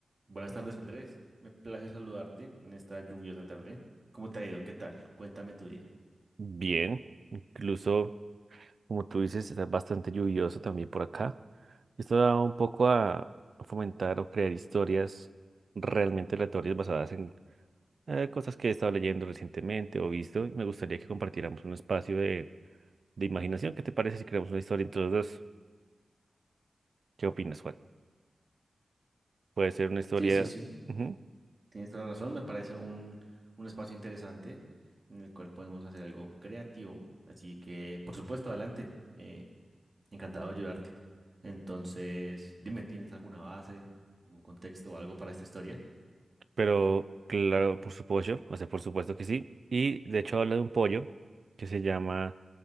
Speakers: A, on the right; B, on the right.
A: Buenas tardes, Andrés. Me place saludarte en esta lluviosa tarde. ¿Cómo te ha ido? ¿Qué tal? Cuéntame tu día.
B: Bien, incluso como tú dices, está bastante lluvioso también por acá. Esto da un poco a fomentar o crear historias realmente aleatorias basadas en eh, cosas que he estado leyendo recientemente o visto. y Me gustaría que compartiéramos un espacio de, de imaginación. ¿Qué te parece si creamos una historia entre los dos? ¿Qué opinas, Juan? Puede ser una historia,
A: Sí, sí, sí.
B: ujú,
A: Tienes toda la razón. Me parece un, un espacio interesante en el cual podemos hacer algo creativo. Así que, por supuesto, adelante. Eh, encantado de ayudarte. Entonces, dime, ¿tienes alguna base, algún contexto o algo para esta historia?
B: pero claro, por supuesto, o sea, por supuesto que sí. Y de hecho habla de un pollo que se llama